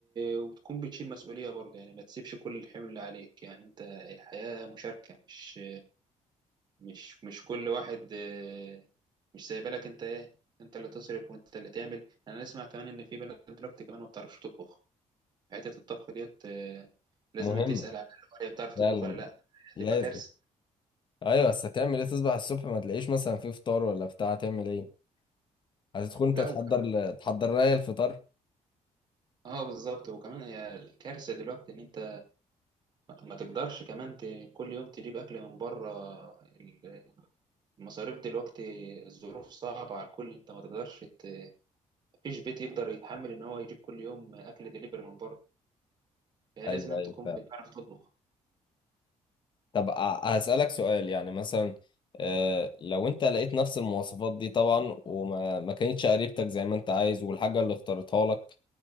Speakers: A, on the right; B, on the left.
A: وتكون بتشيل مسؤولية برضو يعني ما تسيبش كل الحمل عليك يعني أنت الحياة مشاركة مش مش مش كل واحد آه، مش سايبالك انت ايه انت اللي تصرف وانت اللي تعمل انا اسمع كمان ان في بنات دلوقتي كمان ما بتعرفش تطبخ حته الطبخ ديت آه، لازم
B: مهمة
A: انت تسال عليها هي بتعرف تطبخ
B: فعلا
A: ولا لا هتبقى
B: لازم
A: كارثه
B: ايوه بس هتعمل ايه تصبح الصبح ما تلاقيش مثلا في فطار ولا بتاع هتعمل ايه هتدخل انت
A: لا
B: تحضر
A: وك...
B: ل... تحضر لها الفطار
A: اه بالظبط وكمان هي كارثه دلوقتي ان انت ما ما تقدرش كمان ت... كل يوم تجيب اكل من بره ال- المصاريف دلوقتي الظروف صعبه على الكل انت ما تقدرش ت... مفيش بيت يقدر يتحمل ان هو يجيب كل يوم اكل دليفري من بره فهي
B: ايوه
A: لازم أن
B: ايوه
A: تكون
B: فعلا
A: بتعرف تطبخ
B: طب أ- هسألك سؤال يعني مثلا آه لو انت لقيت نفس المواصفات دي طبعا وما ما كانتش قريبتك زي ما انت عايز والحاجة اللي اختارتها لك